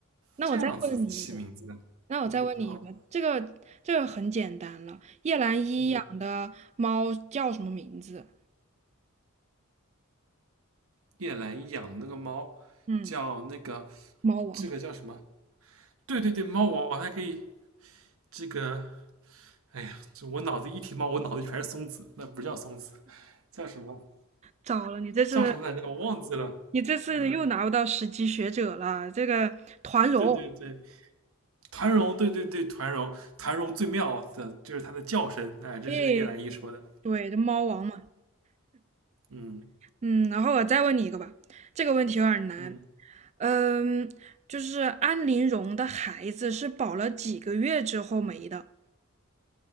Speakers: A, on the right (about 30°); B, on the right (about 75°).
A: 那我再问你一个，
B: 这样子起名字的。
A: 那我再问你一个，
B: 嗯，好。
A: 这个这个很简单了。叶澜依养的猫叫什么名字？
B: 嗯，叶澜依养的那个猫叫那个，
A: 嗯，猫王。
B: 这个叫什么？对对对，猫王还可以这个。哎呀，这我脑子一提猫，我脑子全是松子，那不叫松子，叫什么？
A: 糟了，你这是。
B: 叫什么来着？我忘记了。
A: 你这次又拿不到十级学者了，
B: 嗯。
A: 这个团荣，
B: 对对对，团荣，对对对，团荣，团荣最妙的就是它的叫声，哎，这是叶澜依说的，
A: 哎，对，这猫王嘛，
B: 嗯
A: 嗯，然后我再问你一个吧，这个问题有点难，
B: 嗯，
A: 嗯，就是安陵容的孩子是保了几个月之后没的？